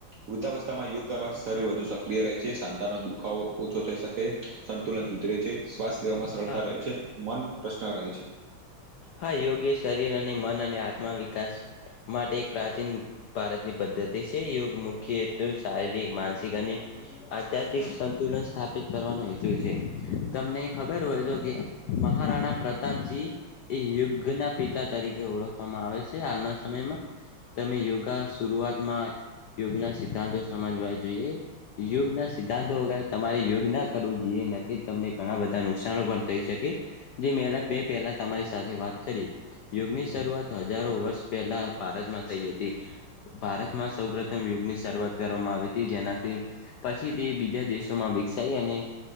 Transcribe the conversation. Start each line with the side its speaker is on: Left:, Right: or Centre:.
Right: વૃદ્ધાવસ્થામાં યોગ કરવાથી શરીર વધુ સક્રિય રહે છે, સાતાનો દુખાવો ઓછો થઈ શકે સંતુલન શુદધ રહે છે, સ્ લેવામાં સરળતા
Left: હા
Right: રહે છે, મન પ્રશ્ન રહે છે.
Left: હા, યોગ એ શરીર અને મન અને આત્મા વિકાસ માટે એક પ્રાચીન ભારતની પદ્ધતિ છે, યોગ મુખ્ય હેતુ શારીરિક માનસિક અને આધ્યાત્મિક સંતુલન સ્થાપિત કરવાનો હેતુ છે. તમને ખબર હોય, તો કે મહારાણા પ્ર તાપજી એ યોગના પિતા તરીકે ઓળખવામાં આવે છે. હાલના સમયમા તમે યોગા શરૂઆતમા યોગના સિદ્ધાંતો સમજવા જોઈએ, યોગના સિદ્ધાંતો વગરે તમારે યોગના કરવુ જોઈએ ન તમને ઘણા બધા નુકસાન પણ થઈ, શકે જે બે પહેલા તમારી સાથે વાત કરીએ યોગની શરૂઆત હજારો વર્ષ પહેલા ભારતમાં થઈ હતી. ભારતમાં સૌ પ્રથમ યોગની શરૂઆત કરવામાં આવી હતી, જેનાથી પછી તે બીજા દેશોમાં વિકસાઈ અને